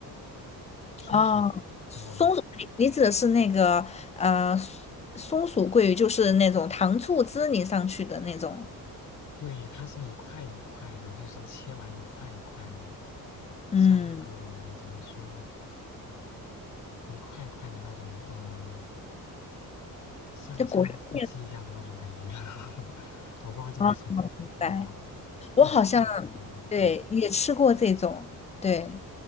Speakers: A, on the left; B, on the left.
A: 松鼠鱼吃过吗？
B: 哦，松鼠，你你指的是那个呃松松鼠桂鱼，就是那种糖醋汁淋上去的那种。
A: 对，它是一块一块的，就是切完一块一块的，像那个怎么说呢，
B: 嗯，
A: 一块一块的那种，嗯、像像那个腹肌一样的那种感觉，
B: 就裹上面
A: <laughs> 我不知道这么形容好不好，
B: 啊，明白。
A: 就一块一块的那种。
B: 我好像对也吃过这种，
A: 对，
B: 对，